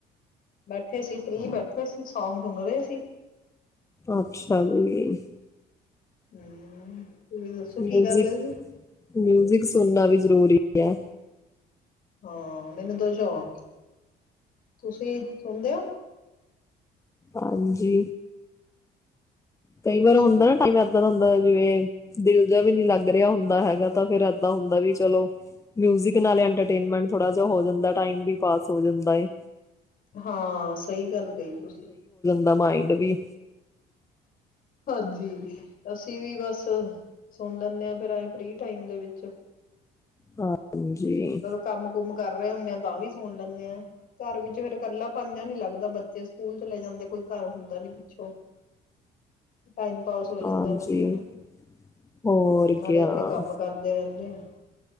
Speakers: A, on the left; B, on the left.
A: ਬੈਠੇ ਸੀ, ਫ੍ਰਰੀ ਬੈਠੇ ਸੀ, ਸੋਂਗ ਸੁਣ ਰਹੇ ਸੀ।
B: ਅੱਛਾ ਜੀ
A: ਹਮ। ਤੁਸੀਂ ਦੱਸੋ
B: ਮਿਊਜ਼ਿਕ
A: ਕੀ ਕਰਦੇ ਸੀ
B: ਮਿਊਜ਼ਿਕ ਸੁਣਨਾ ਵੀ ਜਰੂਰੀ ਏ
A: ਹਾਂ, ਮੈਨੂੰ ਦੋ ਸ਼ੌਕ ਐ। ਤੁਸੀਂ ਸੁਣਦੇ ਹੋ?
B: ਹਾਂਜੀ। ਕਈ ਵਾਰ
A: ਅੱਛਾ
B: ਹੁੰਦਾ
A: ਜੀ
B: ਨਾ, ਟਾਈਮ ਇੱਦਾਂ ਦਾ ਹੁੰਦਾ। ਜਿਵੇ ਦਿਲ ਜਿਹਾ ਵੀ ਨੀ ਲੱਗ ਰਿਹਾ ਹੁੰਦਾ ਹੈਗਾ, ਤਾਂ ਫੇਰ ਏਦਾਂ ਹੁੰਦਾ ਵੀ ਚਲੋ, ਮਿਊਜਿਕ ਨਾਲ ਇਟਰੇਨਮੈਂਟ ਥੋੜਾ ਜਿਹਾ ਹੋ ਜਾਂਦਾ, ਟਾਈਮ ਵੀ ਪਾਸ ਹੋ ਜਾਂਦਾ ਹੈ।
A: ਹਾਂ, ਸਹੀ ਗੱਲ ਕਹੀ ਤੁਸੀਂ।
B: ਦਾ ਮਾਇੰਡ ਵੀ।
A: ਹਾਂਜੀ, ਅਸੀਂ ਵੀ ਬਸ ਸੁਣ ਲੈਂਦੇ ਆ ਫ੍ਰੀ ਟਾਈਮ ਵਿੱਚ
B: ਹਾਂਜੀ
A: ਕੰਮ-ਕੁਮ ਕਰ ਰਹੇ ਹੁੰਦੇ ਆ ਤਾਂ ਵੀ ਸੁਣ ਲੈਂਦੇ ਆ ਘਰ ਵਿੱਚ, ਫੇਰ ਇਕੇਲਾਪਨ ਜਿਹਾ ਨੀ ਲੱਗਦਾ। ਬੱਚੇ ਸਕੂਲ ਚਲੇ ਜਾਂਦੇ, ਕੋਈ ਘਰ ਹੁੰਦਾ ਨੀ ਪਿੱਛੋ। ਟਾਈਮ ਪਾਸ ਹੋ ਜਾਂਦਾ
B: ਹਾਂਜੀ
A: ਵਧੀਆ, ਨਾ
B: ਹੋਰ
A: ਹਮ ਨਾਲੇ
B: ਕਿਆ
A: ਆਪਣੇ ਕੰਮ ਕਰਦੇ ਰਹਿੰਦੇ ਆ